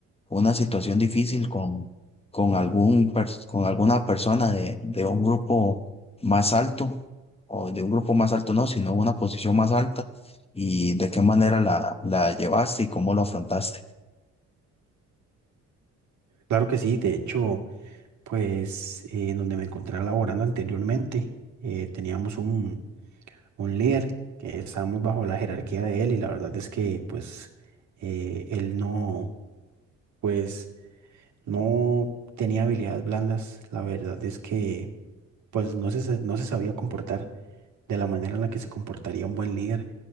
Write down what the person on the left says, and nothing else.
una situación difícil con, con, algún, pers- con alguna persona de, de un grupo más alto, o de un grupo más alto no, sino una posición más alta, y de qué manera la, la llevaste y cómo lo afrontaste.